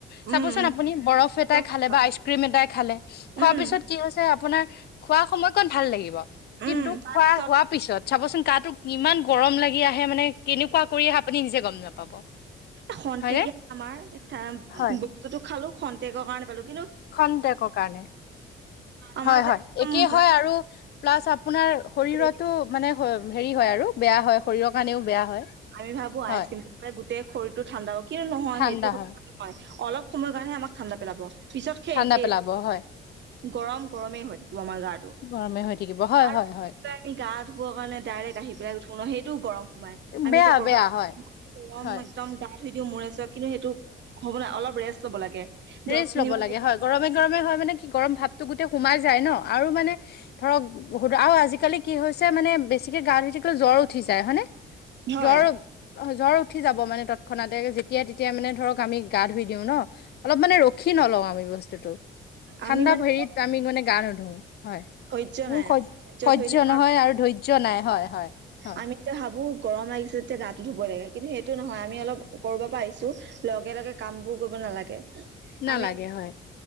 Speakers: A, on the right; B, on the left.
A: উম,
B: চাবচোন
A: উম।
B: আপুনি বৰফ এটাই
A: একদম
B: খালে
A: সঁচা।
B: বা আইচক্ৰিম এটাই খালে
A: উম,
B: খোৱাৰ পিছত কি হৈছে আপোনাৰ খোৱা সময়কণ ভাল লাগিব
A: উম।
B: কিন্তু
A: তাৰপিছত
B: খোৱা হোৱাৰ পিছত- চাবচোন গাটো কিমান গৰম লাগি আহে মানে কেনেকুৱা কৰি আহে আপুনি নিজে গম নাপাব।
A: খন্তেকে
B: হয়নে
A: আমাৰ বস্তুতটো
B: হয়।
A: খালোঁ খন্তেকৰ কাৰণে পালোঁ।
B: খন্তেকৰ কাৰণে
A: আমাৰ
B: হয়
A: যে
B: হয়
A: একদম
B: একেই
A: আইচক্ৰীমটো
B: হয় আৰু পালাছ্ আপোনাৰ। শৰীৰতো
A: খালে,
B: মানে হেৰি হয় আৰু বেয়া হয়। শৰীৰৰ কাৰণেও বেয়া হয়
A: আমি ভাবোঁ
B: হয়
A: আইচক্ৰীম গোটে শৰীৰটো ঠাণ্ডা হ'ব কিন্তু নহয়
B: ঠাণ্ডা
A: সেইটো
B: হয়
A: নহয় অলপ সময়ৰ কাৰণে আমাক ঠাণ্ডা পেলাব। পিছত সে
B: ঠাণ্ডা
A: একে
B: পেলাব হয়
A: গৰম গৰমেই হয় থাকে। আমাৰ গাটো
B: গৰমে হৈ থাকিব হয়
A: আৰু
B: হয় হয়
A: আমি গা ধুব কাৰণে ডাইৰেক্ট আহি পেলাই উঠো ন সেই তো গৰম সোমাই আমি
B: বেয়া
A: এতিয়া ক'ৰবাত
B: বেয়া হয়
A: গৰম
B: হয়
A: একদম ধুই দিওঁ মোৰে চুৰে কিন্তু সেইটো ঘৰত মানে অলপ ৰেষ্ট ল'ব লাগে।
B: ৰেষ্ট
A: দহ মিনিট
B: ল'ব লাগে হয় গৰমে গৰমে হয় মানে কি গৰম ভাৱতটো গোটেই সোমাই‌ যায় যায় ন আৰু মানে ধৰক আৰু আজিকালি কি হৈছে মানে বেছিকে গা ধুই থাকিলে জ্বৰ উঠি যায় হয়নে
A: হয়
B: জ্বৰ জ্বৰ উঠি যাব মানে তৎক্ষণাতে যেতিয়া তেতিয়া মানে ধৰক আমি গা ধুই দিওঁ ন অলপ মানে ৰখি নলওঁ আমি বস্তু- বস্তুটো ঠাণ্ডা
A: আমি মানে
B: হেৰিত আমি মানে গা নোধোও হয়।
A: ধৈৰ্য
B: আমি
A: নাই ধৈৰ্য
B: স্যয়
A: ধৰিলে আমাৰ
B: নহয় আৰু ধৈৰ্য্য নাই হয় হয় হয়।
A: আমি এতিয়া ভাবো গৰম লাগিছে যেতিয়া গাটো ধুবই লাগে কিন্তু সেইটো নহয় আমি অলপ ক'ৰবাৰ আহিছোঁ লগে লগে কাম বোৰ কৰিব পিনে নালাগে।
B: নালাগে
A: আমি
B: হয়।